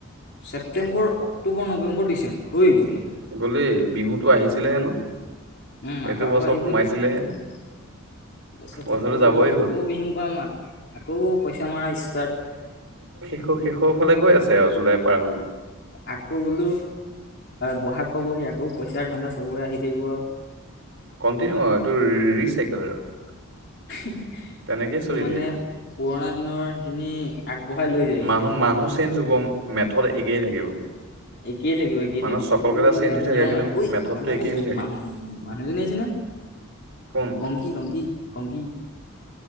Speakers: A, on the left; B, on the right.
A: ছেপ্টেম্বৰ অক্টোবৰ নৱেম্বৰ ডিচেম্বৰ হৈ গ'ল দেখুন
B: গ'লই বিহুতটো আহিছিলেহে ন
A: উম আকৌ
B: এইটো
A: আকৌ
B: বছৰ
A: আহিব
B: সোমাইছিলেহে
A: এতিয়া <unintelligible> তাৰপিছত
B: বছৰটো
A: আকৌ
B: যাবই
A: আকৌ
B: হ'ল
A: বিহু পাম আকৌ পইচা মৰা ষ্টাৰ্ট
B: ত শেষৰ ফালে গৈ আছে আৰু জুলাই পাৰ হলে
A: আকৌ বোলো ব'হাগ পাবহি আকৌ পইচা ধাণ্ডা চবৰে আহি থাকিব
B: কটিনিউ আও এইটো ৰিচাইকেলল আৰু
A: এইটো
B: তেনেকেই চলি
A: মানে
B: থাকিব।
A: পুৰণা দিনৰ সেইখিনি আগবঢ়াই লৈ যায় সিহঁতে
B: মানুহ মানুহ চেঞ্জ হব মেথত একেই থাকিব
A: একে থাকিব একে
B: মানুহ
A: থাকিব
B: চকল
A: এইটো
B: কেইটা
A: মানে
B: চেঞ্জ হৈ থাকে
A: নিয়ম
B: কিন্তু
A: মান ঐ
B: মেথডটো
A: আমাৰ কাৰণে
B: একেই
A: বসু
B: হৈ থাকে
A: মানুহ মানুহজনী আহিছে ন
B: কোন
A: কংকি কংকি কংকি